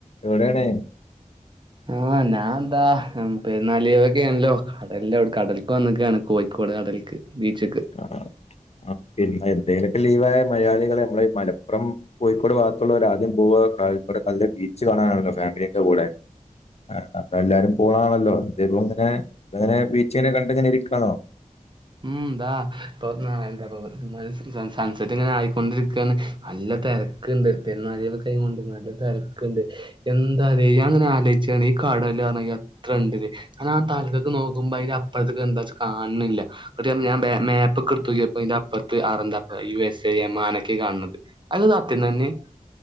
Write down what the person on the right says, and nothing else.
ആഹ് ഞാൻ ഇതാ ഉം പെരുന്നാള് ലീവൊക്കെ ആണെല്ലോ? അതെല്ല ഔട് കടെൽക്ക് വന്ന്ക്കാണ് കോഴിക്കോട് കടെൽക്ക് ബീച്ച്ക്ക്.
ഉം ഇതാ ഇപ്പൊ ആഹ് എന്താപ്പൊ <unintelligible> സൺസെറ്റ് ഇങ്ങെനെ ആയിക്കൊണ്ടിര്ക്കാണ് നല്ലെ തെരക്ക്ണ്ട് പെര്ന്നാൾ ലീവൊക്കെ ആയികൊണ്ട് നല്ലെ തെരക്ക്ണ്ട്. എന്താലെ ഞാ ഇങ്ങെനെ ആലോയിച്ചാണ് ഈ കടല് കാണാൻ എത്രെണ്ട്ലേ? ആഹ് തൽക്കെക്ക് നോക്കുമ്പോ അയ്ന് അപ്പർത്ത്ക്ക് എന്താച്ചാ കാൺണില്ലാ. ഓടി വന്ന് ഞാൻ ബേ മേപ്പക്കെട്ത്തോക്കിയപ്പൊ അയ്ന്റപ് പ്പെർത്ത് അടെന്താപ്പം യു എസ് എ, യെമാനൊക്കെ കാണത് അത് സത്യം തെന്നെ?